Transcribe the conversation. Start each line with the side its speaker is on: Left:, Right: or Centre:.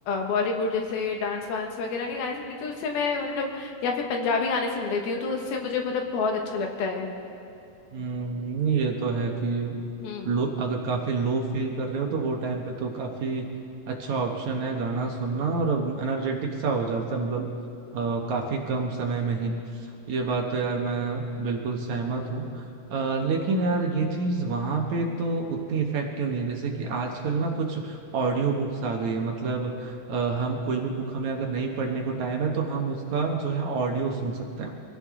Left: बॉलीवुड जैसे डांस वांस वगैरह के गाने सुन लेती हूँ उससे मैं मतलब या फिर पंजाबी गाने सुन लेती हूँ तो उससे मुझे मतलब बहुत अच्छा लगता है
Right: हम्म ये तो है कि
Left: हम्म
Right: लो अगर काफी लो फील कर रहे हो तो वो टाइम पे तो काफी अच्छा ऑप्शन है गाना सुनना और एनर्जेटिक सा हो जाता है मतलब अ, काफी कम समय में ही ये बात तो यार मैं बिल्कुल सहमत हूँ अ, लेकिन यार ये चीज वहां पे तो उतनी इफेक्टिव नहीं है। जैसे कि आजकल ना कुछ ऑडियो बुक्स आ गई है मतलब अ, हम कोई भी बुक हमें अगर नहीं पढ़ने को टाइम है तो हम उसका जो है ऑडियो सुन सकते हैं